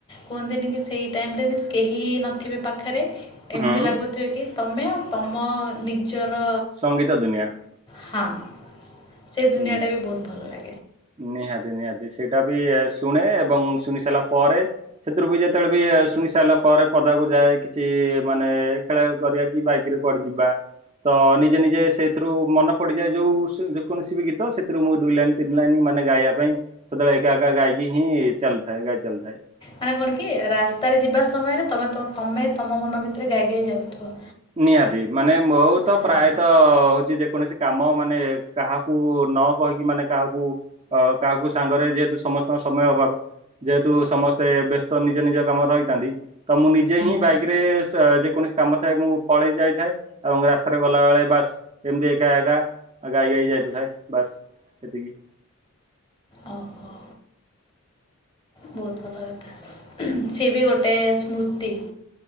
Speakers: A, on the left (about 20°); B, on the right (about 25°).
A: କୁହନ୍ତିନି କି ସେଇ ଟାଇମ୍ ରେ କେହି ନଥିବେ ପାଖରେ
B: ହଁ
A: ଏମିତି ଲାଗୁଥିବେ କି ତମେ ଆଉ ତମ ନିଜର
B: ସଙ୍ଗୀତ ଦୁନିଆ
A: ହଁ ସେ ଦୁନିଆଟା
B: ନିହାତି
A: ବି ବୋହୁତ ଭଲ ଲାଗେ।
B: ନିହାତି ନିହାତି ସେଇଟା ବି ଶୁଣେ ଏବଂ ଶୁଣି ସାରିଲା ପରେ ସେଥିରୁ ବି ଯେତେବେଳେ ବି ଶୁଣି ସାରିଲା ପରେ ପଦାକୁ ଯାଏ କିଛି ମାନେ ଖେଳା ଖେଳି କରିବା କି ବାଇକରେ କୁଆଡେ ଯିବା ତ ନିଜେ ନିଜେ ସେଇଥିରୁ ମନେ ପଡିଯାଏ ଯୋଉ କୌଣସି ବି ଗୀତ ସେଥିରୁ ମୁଁ ଦୁଇ ଲାଇନ୍ ତିନ ଲାଇନ୍ ମାନେ ଗାଇବା ପାଇଁ ସେତେବେଳେ ଏକା ଏକା ଗାଈକି ହିଁ ଚାଲଥାଏ ଗାଈ ଚାଲଥାଏ।
A: ମାନେ କଣ କି ରାସ୍ତାରେ ଯିବା ସମୟରେ ତମେ ତମେ ତମ ମନ ଭିତରେ ଗାଇ ଗାଇ ଯାଉଥିବ।
B: ନିହାତି ମାନେ ବୋହୁତ ପ୍ରାୟତ
A: ହଁ
B: ହଉଛି ଯେକୌଣସି କାମ ମାନେ କାହାକୁ ନ କହିକି ମାନେ କାହାକୁ ଅ କାହାକୁ ସାଙ୍ଗରେ ଯେହେତୁ ସମସ୍ତଙ୍କ ସମୟ ଅଭାବ। ଯେହେତୁ ସମସ୍ତେ ବ୍ୟସ୍ତ ନିଜ ନିଜ କାମରେ ରହିଥାନ୍ତି। ତ ମୁଁ ନିଜେ
A: ହୁଁ
B: ହିଁ ବାଇକ ରେ ଯେକୌଣସି କାମ ଥାଏ ମୁଁ ପଳେଇ ଯାଇଥାଏ ଏବଂ ରାସ୍ତାରେ ଗଲାବେେଳେ ବାସ୍ ଏମିତି ଏକା ଏକା ଆ ଗାଈ ଗାଈ ଯାଇଥାଏ ବାସ ଏତିକି।
A: ଓ ହୋ। ବୋହୁତ ଭଲ କଥା ସିଏ ବି ଗୋଟେ ସ୍ମୃତି।